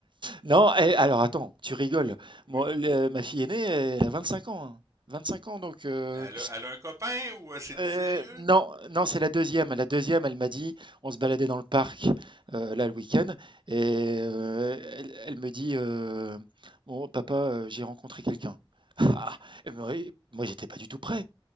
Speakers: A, on the right; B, on the right.
A: Non, eh, alors attends, tu rigoles.
B: Oui.
A: Moi, le- ma fille aînée, elle a 25 ans. hein. 25 ans, donc... euh,
B: Mais elle a, elle a un copain ou euh, c'est
A: euh,
B: du sérieux?
A: non, non, c'est la deuxième. La deuxième, elle m'a dit, on se baladait dans le parc, euh, là, le week-end, et euh, elle, elle me dit, euh, Bon, papa, euh, j'ai rencontré quelqu'un. <laughs> Ah, eh ben oui, moi, j'étais pas du tout prêt.